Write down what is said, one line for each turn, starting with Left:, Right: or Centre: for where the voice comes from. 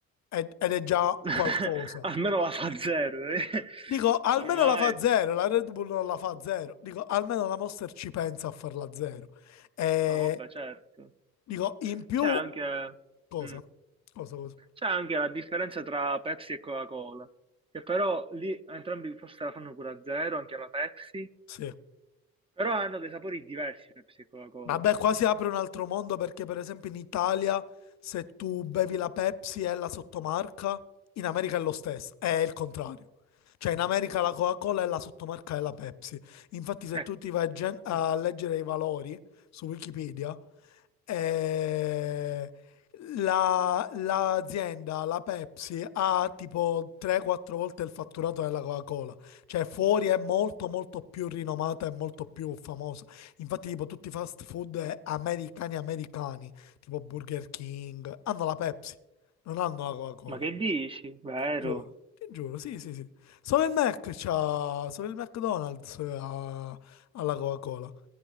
Left: ed ed è già
Right: <laughs>
Left: qualcosa.
Right: Almeno la fa zero, eh.
Left: Dico, almeno
Right: Ormai.
Left: la fa zero, la Red Bull non la fa zero. Dico, almeno la Monster ci pensa a farla zero. E
Right: No, vabbè, certo.
Left: dico, in più,
Right: C'è anche,
Left: cosa?
Right: mm,
Left: Cosa, cosa?
Right: c'è anche la differenza tra Pepsi e Coca-Cola, che però lì entrambi forse la fanno pure a zero, anche la Pepsi,
Left: Sì.
Right: però hanno dei sapori diversi Pepsi e Coca-Cola.
Left: Vabbè, qua si apre un altro mondo perché, per esempio, in Italia, se tu bevi la Pepsi è la sottomarca, in America è lo stesso, è il contrario. Cioè, in America la Coca-Cola è la sottomarca della Pepsi. Infatti, se
Right: Eh,
Left: tu ti vai a gen- a
Right: mm,
Left: leggere i valori su Wikipedia, eh, la- l'azienda, la Pepsi, ha tipo 3-4 volte il fatturato della Coca-Cola. Cioè, fuori è molto, molto più rinomata e molto più famosa. Infatti, tipo, tutti i fast food eh, americani, americani, tipo Burger King, hanno la Pepsi, non hanno la Coca-Cola.
Right: ma che dici? Vero?
Left: Giuro, ti giuro, sì, sì, sì. Solo il Mac c'ha, solo il McDonald's ha, ha la Coca-Cola.